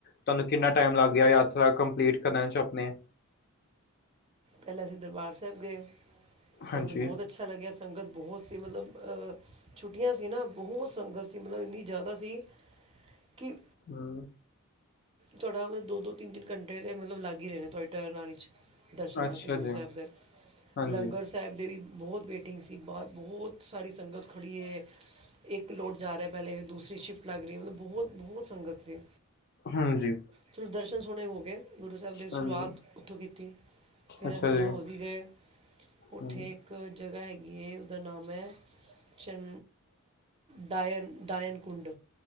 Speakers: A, on the left; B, on the right.
A: ਤੁਹਾਨੂੰ ਕਿੰਨਾ ਟਾਈਮ ਲੱਗ ਗਿਆ ਯਾਤਰਾ ਕੰਪਲੀਟ ਕਰਨ ' ਅਪਣੇ।
B: ਪਹਿਲਾਂ ਅਸੀਂ ਦਰਬਾਰ ਸਾਹਿਬ ਗਏ, ਸਾਨੂੰ
A: ਹਾਂਜੀ,
B: ਤੋਂ ਬਹੁਤ ਅੱਛਾ ਲੱਗਿਆ, ਸੰਗਤ ਬਹੁਤ ਸੀ ਮਤਲਬ ਅਹ ਛੁੱਟੀਆਂ ਸੀ ਨਾ ਬਹੁਤ ਸੰਗਤ ਸੀ ਮਤਲਬ ਇੰਨੀ ਜ਼ਿਆਦਾ ਸੀ ਕਿ
A: ਹੂੰ
B: ਤੁਹਾਡਾ ਮਤਲਬ ਦੋ ਦੋ, ਤਿੰਨ ਤਿੰਨ ਘੰਟੇ ਤੇ ਮਤਲਬ ਲੱਗ ਹੀ ਰਹੇ ਨੇ ਤੁਹਾਡੀ ਟਰਨ ਆਣ ਚ। ਦਰਸ਼ਨ
A: ਅੱਛਾ
B: ਵਾਸਤੇ ਗੁਰੂ
A: ਜੀ,
B: ਸਾਹਿਬ ਦੇ,
A: ਹਾਂਜੀ,
B: ਲੰਗਰ ਸਾਹਿਬ ਦੇ ਵੀ ਬਹੁਤ ਵੇਟ ਐਟਿੰਗ ਸੀ ਬਾਹ ਬਹੁਤ ਸਾਰੀ ਸੰਗਤ ਖੜ੍ਹੀ ਐ। ਇੱਕ ਲੋਟ ਜਾ ਰਿਹਾ ਪਹਿਲੇ, ਦੂਸਰੀ ਸ਼ਿਫਟ ਲੱਗ ਰਹੀ ਮਤਲਬ ਬਹੁਤ ਬਹੁਤ ਸੰਗਤ ਸੀ।
A: ਹਾਂਜੀ
B: ਚਲੋ ਦਰਸ਼ਨ ਸੋਹਣੇ ਹੋ ਗਏ। ਗੁਰੂ ਸਾਹਿਬ ਦੀ ਸ਼ੁਰੂਆਤ
A: ਹਾਂਜੀ,
B: ਉੱਥੋਂ ਕੀਤੀ, ਫਿਰ
A: ਅੱਛਾ
B: ਅਸੀਂ ਡਲਹੌਜ਼ੀ
A: ਜੀ,
B: ਗਏ। ਉੱਥੇ
A: ਹੂੰ,
B: ਇੱਕ ਜਗ੍ਹਾ ਹੈਗੀ ਏ ਉਹਦਾ ਨਾਮ ਹੈ ਚੰ ਡਾਇਨ ਡਾਇਨਕੁੰਡ